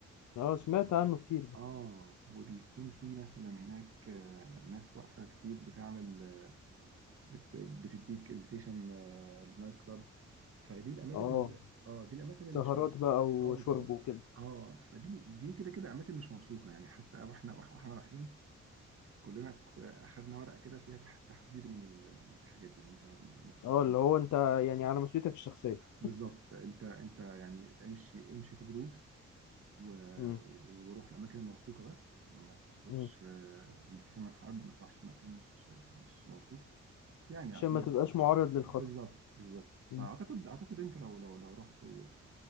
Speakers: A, on the left; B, on the right.
A: أه سمعت
B: و...
A: عنه كتير ده
B: اه وبيكون في مثلا هناك آه، ناس واقفه كتير بتعمل بت بتديك انفيتيشن لنايت كلاب فدي الاماكن
A: أه
B: اللي اه دي الاماكن اللي
A: سهرات
B: مش موثوقه
A: بقى وشرب
B: اه بالظبط
A: وكده
B: اه فدي دي كده كده اماكن مش موثوقه يعني حتى واحنا واحنا رايحين كلنا ك- اخدنا ورقه كده فيها تح- تحذير من ال- من الحاجات دي إن انت ما ما تاخدش
A: اه اللي
B: إنف-
A: هو انت يعني على مسؤوليتك الشخصية
B: بالظبط انت انت يعني امشي امشي في جروبس و...
A: مم.
B: وروح الاماكن الموثوقه بس ما تاخدش
A: مم.
B: انفيتيشن من حد ما تروحش مكان مش مش موثوق يعني
A: عشان
B: عشان
A: ما
B: ما
A: تبقاش
B: تسرقش
A: معرض للخطر
B: بالظبط بالظبط
A: مم.
B: فاعتقد اعتقد انت لو لو لو رحت و-